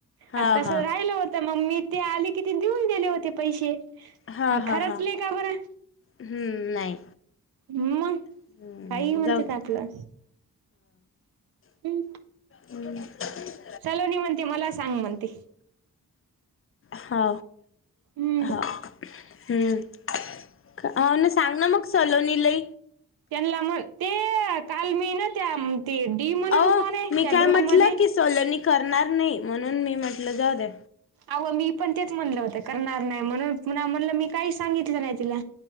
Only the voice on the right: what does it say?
आ तस
राहिलं होत तर मग मी ते, आले कि ते देऊन दिले होते, पैसे. अ
खरंचली
का बरं?
मंग
काही म्हणतात
आपलं, हम्
सलोनी म्हणते, मला सांग म्हणते
हम्म
त्यांनला म्हण, ते काल मी ना त्या ते डी म्हणून
कोण आहे?
त्या
ग्रुप
मध्ये
आव, मी पण तेच म्हणलं होत करणार नाही म्हणून, पुन्हा म्हणलं मी काही सांगितलं नाही तिला